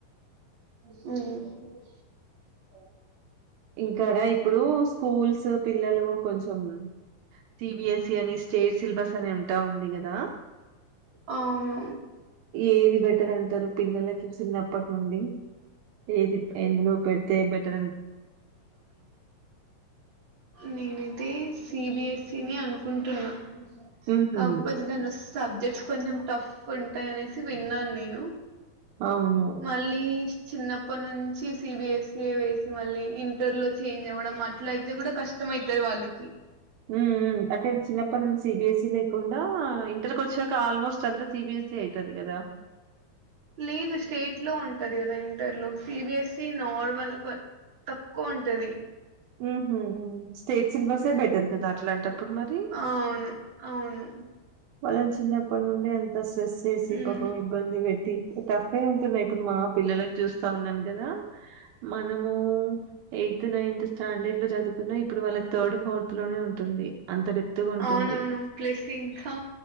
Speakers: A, on the right; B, on the right.
A: ఆ
B: ఇంకాడా ఇప్పుడు స్కూల్స్ పిల్లలు కొంచెం సిబిఎస్ఈ అని స్టేట్ సిలబస్ అని ఉంటా ఉంది కదా
A: అవును
B: ఏది బెటర్ అంటారు పిల్లలకి చిన్నప్పటి నుండి ఏది ఎందులో పెడితే బెట్టర్
A: నేనుతే సిబిఎస్ త అనుకుంటున్నా
B: ఉహు
A: కాకపోతే దాని సబ్జెక్ట్స్ కొంచెం టఫ్ ఉంటాయి అనేసి విన్నాను నేను
B: అవును
A: మళ్ళీ చిన్నప్పటి నుంచి సిబిఎస్ఈఏ వేసి మళ్ళీ ఇంటర్ లో చేంజ్ అవ్వడం అట్ల అయితే కూడా కష్టం అయితది వాళ్ళకి
B: హ్మ్ హు అంటే చిన్నప్పటి నుండి సిబిఎస్ఈ లేకుండా ఇంటర్కి వచ్చాక ఆల్మోస్ట్ సంత సిబిఎస్ ఏ అయితది కదా
A: లేదు స్టేట్ లో ఉంటంది కదా ఇంటర్లో సిబిఎస్ఈ నార్మల్ తక్కువుంటది
B: హ్మ్ హు అవును స్టేట్ సిలబస్సే
A: హ్మ్.
B: బెటర్ కదా అట్లాంటప్పుడు మరి
A: అవును. అవును.
B: వాళ్ళని చిన్నప్పటి నుండే అంతస్ స్ట్రెస్ చేసి
A: హ్మ్.
B: పాపం ఇబ్బంది పెట్టి టఫే ఉంటున్నయి ఇప్పుడు మా పిల్లలకి చూస్ సౌనాన్ గదా మనము ఎయిత్, నైన్త్ స్టాండర్డ్ లో చదువుకున్న ఇప్పుడు వాళ్ళకి థర్డ్ ఫోర్త్ లోనే ఉంటుంది. అంత డెప్త్‌గా ఉంటుంది.
A: అవునవును ప్లస్ ఇంకా